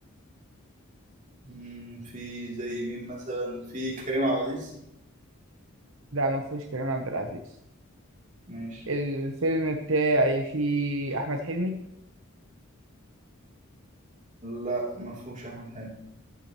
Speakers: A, on the right; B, on the right.
A: مم، فيه زي مين مثلا فيه كريم عبد العزيز
B: لا ما فيهوش كريم عبد العزيز
A: ماشي
B: الفيلم بتاعي فيه احمد حلمي
A: لا ما فيهوش احمد حلمي